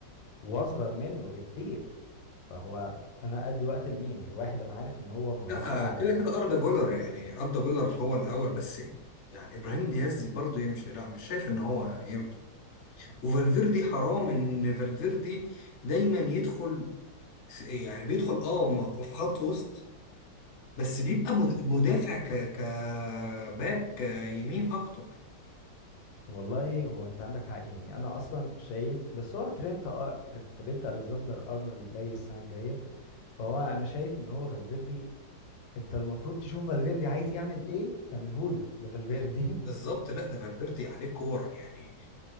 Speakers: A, on the left; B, on the left.
A: واصغر منه بكتير فهو انا ادي وقت لمين الواحد انا عارف ان هو مهاراته
B: لا
A: اعلى
B: كده
A: وبقى.
B: كده أردا جولر يعني أردا جولر هو الأول بس يعني إبراهيم دياز برضه يمشي لا مش شايف إن هو ينفع وفالفيردي حرام إن فالفيردي دايما يدخل يعني بيدخل أه م- في خط وسط بس بيبقى مد- مدافع ك كباك يمين أكتر
A: والله هو انت عندك حق يعني انا اصلا شايف بس هو ترينت أ... ترينت الكسندر ارنولد جاي السنه الجايه فهو انا شايف ان هو فالفيردي انت المفروض تشوف فالفيردي عايز يعمل ايه تعمله له ده فالفيردي
B: بالظبط لا ده فالفيردي عليه كور يعني